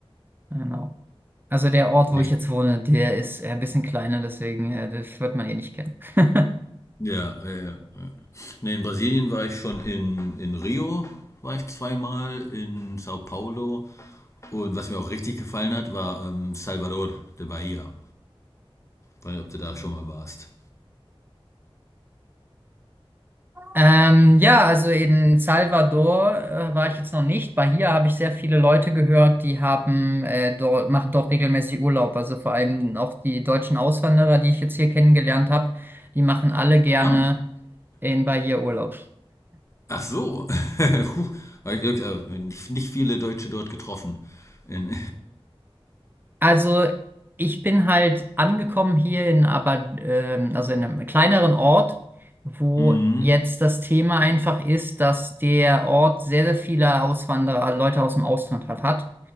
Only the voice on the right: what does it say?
genau. Also der Ort,
wo ich jetzt wohne, der ist äh, ein bisschen kleiner, deswegen äh, das wird man eh nicht kennen. <laughs>
Ähm, ja, also in Salvador äh, war ich jetzt noch nicht. Bei hier habe ich sehr viele Leute gehört, die haben äh, dort, machen dort regelmäßig Urlaub. Also vor allem auch die deutschen Auswanderer, die ich jetzt hier kennengelernt habe, die machen alle gerne
in Bahia Urlaub.
Also ich bin halt angekommen hier in aber ähm, also in einem kleineren Ort, wo
jetzt das Thema einfach ist, dass der Ort sehr, sehr viele Auswanderer, Leute aus dem Ausland halt hat.